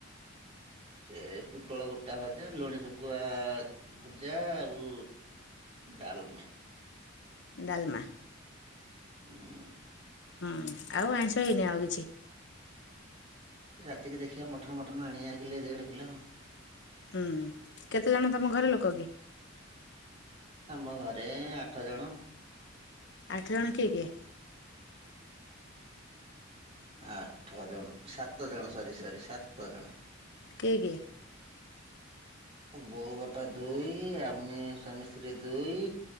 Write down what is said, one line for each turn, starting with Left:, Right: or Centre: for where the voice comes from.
Right: ସେ ପୁଟଳ ଗୋଟା ଭଜା ଲୁଣି ଶୁଖୁଆ ଭଜା ଆଉ ଡାଲମା।
Left: ଡାଲମା।
Right: ହୁଁ।
Left: ହୁଁ ଆଉ ଆଇଁଷ ହେଇନି ଆଉ କିଛି?
Right: ରାତିକି ଦେଖିବା ମଟନ୍ ମଟନ୍ ଆଣିବା କିଲେ ଦେଢ କିଲ।
Left: ହୁଁ କେତେଜଣ ତମ ଘରେ ଲୋକ କି?
Right: ଆମ ଘରେ ଆଠ ଜଣ।
Left: ଆଠ ଜଣ କିଏ କିଏ।
Right: ଆଠ ଜଣ ସାତ ଜଣ ସରି ସରି ସାତ ଜଣ।
Left: କିଏ କିଏ?
Right: ବୋଉ ବାପା ଦୁଇ ଆମେ ସ୍ୱାମୀ ସ୍ତ୍ରୀ ଦୁଇ